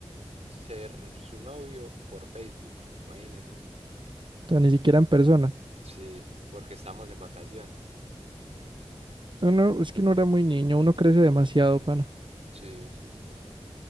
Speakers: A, on the right; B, on the right.
A: ser su novio por Facebook, imagínense.
B: sea, ni siquiera en persona.
A: Sí, porque estamos en vacaciones.
B: Uno- es que uno era muy niño, uno crece demasiado, pana.
A: Sí, sí, sí.